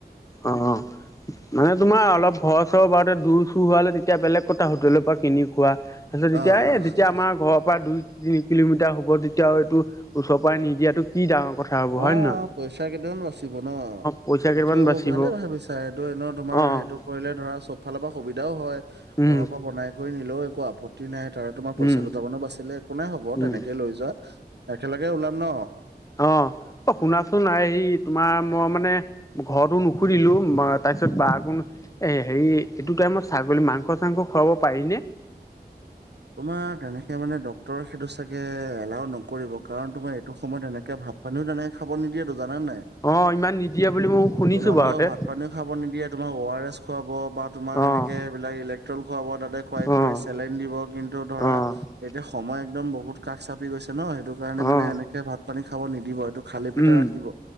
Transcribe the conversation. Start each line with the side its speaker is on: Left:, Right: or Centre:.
Left: অ মানে তোমাৰ অলপ ঘৰ চৰ বাৰতে দূৰ চূ হোৱালে তেতিয়া বেলেগ কটা হোটেলৰ পৰা কিনি খোৱা। এতিয়া
Right: আহ
Left: এই যেতিয়া আমাৰ ঘৰৰ পৰা দুই তিনি কিলোমিটাৰ হ'ব তেতিয়া এইটো ওচৰ পৰা নিদিয়াটো কি ডাঙৰ কথা হ'ব হয়
Right: অ
Left: নে নহয়?
Right: অ পইচা কেইটামানো বাচিব ন। অ
Left: পইচা
Right: সেইটো
Left: কেইটামান বাচিব
Right: ভালে ভাবিছা এইটো এনেও তোমাৰ
Left: অ'
Right: সেইটো কৰিলে ধৰা চব ফালৰ পৰা সুবিধাও হয়।
Left: উম,
Right: ঘৰৰ পৰা বনাই কৰি নিলেও একো আপত্তি নাই। তাৰে তোমাৰ পইচা
Left: উম,
Right: দুটামানো বাচছিলে একো নাই হ'ব
Left: উম।
Right: তেনেকেই লৈ যোৱা একেলগে ওলাম ন।
Left: অ অ শুনাচোন আয়ি তোমাৰ মই মানে ঘৰটো নুশুধিলো। তাৰপিছত বা আকোম এ হেৰি এইটো টাইমত ছাগলী মাংস চাংস খুৱাব পাৰি নে?
Right: <inaudible> তোমাৰ তেনেকে মানে ড্ক্তৰ সেইটো চাগে এলাও নকৰিব কাৰণ তোমাৰ এইটো সময়ত এনেকে ভাল ভাত পানীও তেনে খাব নিদিয়েটো। জানা নাই
Left: অ' ইমান নিদিয়ে বুলি মই শুনিছো
Right: তোমালোকক
Left: বাৰুতে
Right: ভাত পানীও খাব নিদিয়ে তোমাৰ ঔ আৰ এচ খুৱাব বা তোমাক
Left: অ',
Right: এনেকৈ সেইবিলাক ইলেক্ট্ৰল খুৱাব তাতে খুৱাই
Left: অ',
Right: কৰি চেলেন দিব। টো ধৰা
Left: অ',
Right: এতিয়া সময় একদম বহুত কাষ চাপি গৈছে ন সেইটো কাৰণে মানে
Left: অ'।
Right: এনেকে ভাত পানী খাব নিদিব এইটো খালি পেটে
Left: উম
Right: ৰাখিব